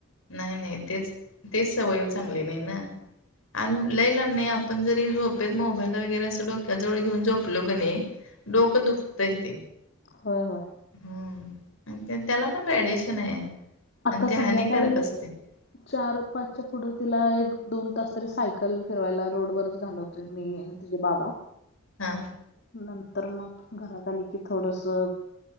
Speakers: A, on the left (about 65°); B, on the left (about 50°).
A: नाही नाही तेच तेच सवय चांगली नाही ना. आणि लई लांब नाही. आपण जरी झोपेत मोबाईल वगैरे अस डोक्याजवळ घेऊन झोपलो क नाही डोक दुखतय ते.
B: हो हो
A: हम्म आणि त्याला पण रेडिएशन आहे. आणि
B: आता
A: ते
B: संध्याकाळी
A: हानिकारक असते. <inaudible>
B: चार पाचच्या पुढे तिला, एक दोन तास तरी सायकल फिरवायला रोडवरच घालवतोय, मी आणि तिचे बाबा.
A: हा.
B: नंतर मग, घरात आली की थोडसं.